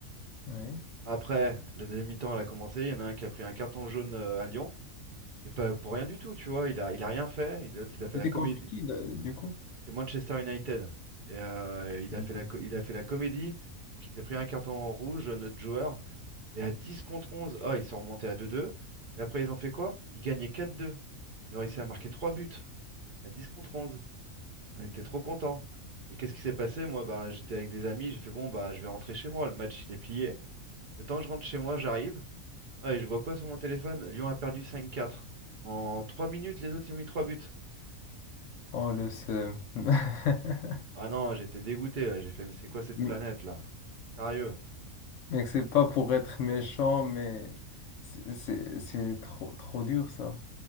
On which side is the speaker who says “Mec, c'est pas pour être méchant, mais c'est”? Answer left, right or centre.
Left